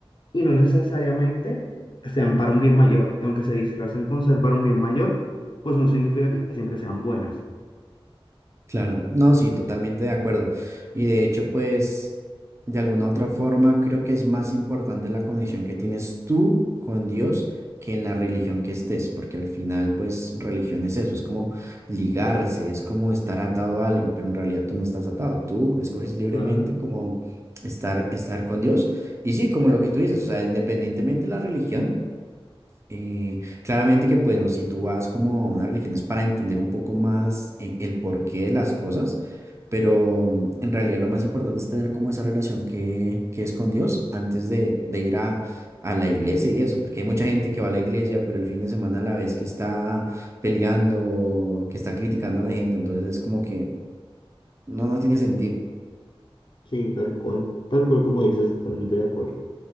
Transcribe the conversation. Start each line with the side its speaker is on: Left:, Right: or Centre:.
Left: y no necesariamente sean para un bien mayor. Y aunque se disfracen con ser para un bien mayor, pues no significa que siempre sean buenas.
Right: Claro, no, sí, totalmente de acuerdo. Y de hecho, pues, de alguna otra forma, creo que es más importante la conexión que tienes tú con Dios que en la religión que estés, porque al final, pues, religión es eso, es como ligarse, es como estar atado a algo, pero en realidad tú no estás atado, tú escoges libremente
Left: Claro,
Right: como estar, estar con Dios. Y sí, como lo que tú dices, o sea, independientemente de la religión. Eh, claramente que, bueno, si tú vas como a una religión es para entender un poco más eh, el porqué de las cosas, pero mm, en realidad lo más importante es tener como esa relación que, que es con Dios antes de, de ir a, a la iglesia y eso, porque hay mucha gente que va a la iglesia, pero el fin de semana a la vez que está peleando, que está criticando a la gente, entonces es como que no, no tiene sentido.
Left: sí, tal cual, tal cual como dices, totalmente de acuerdo.